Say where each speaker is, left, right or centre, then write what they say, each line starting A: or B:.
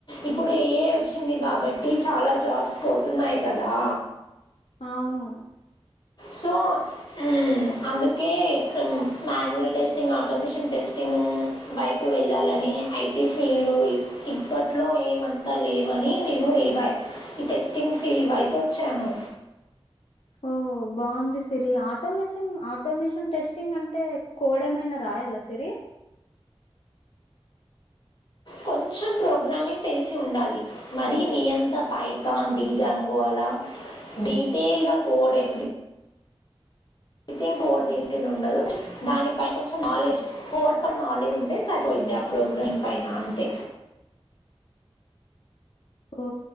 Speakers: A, on the left; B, on the left.
A: ఇప్పుడు ఏఐ వచ్చింది కాబట్టి చాలా జాబ్స్ పోతున్నాయి కదా.
B: అవును.
A: సో హ్మ్ అందుకే మాన్యువల్ టెస్టింగ్ ఆటోమేషన్ టెస్టింగ్. ఉమ్ వైపు వెళ్ళాలని ఐటీ ఫీల్డ్లో ఇప్పట్లో ఏమంతా లేవని. నేను ఏవై ఈ టెస్టింగ్ ఫీల్డ్ వైపు వచ్చాను.
B: ఓ. ఓ బాగుంది సిరి ఆటోమేసింగ్ ఆటోమేషన్ టెస్టింగ్ అంటే కోడ్ ఏమైనా రాయాలా సిరి.
A: కొంచం ప్రోగ్రామింగ్ తెలిసి ఉండాలి మరి మీ అంతా పైతాన్ డీ జాంగో అలా. డీటెయిల్గా code every. Think code detail ఉండదు దానిపై కొంచం నాలెడ్జ్ కోడ్ పై నాలెడ్జ్ ఉంటే సరిపోయిది. అ ప్రోగ్రాం పైన అంతే.
B: ఓ